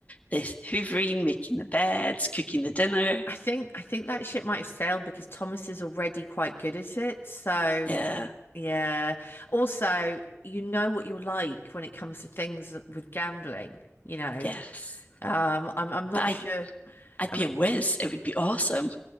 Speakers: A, on the left; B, on the left.
A: the hoovering, making the beds, cooking the dinner.
B: <laughs> I think I think that ship might have sailed because Thomas is already quite good at it. So,
A: Yeah.
B: yeah. Also, you know what you're like when it comes to things with gambling, you know.
A: Yes.
B: Um, I'm I'm not
A: But I
B: sure.
A: I'd
B: I
A: be
B: mean,
A: a whiz. It would be awesome.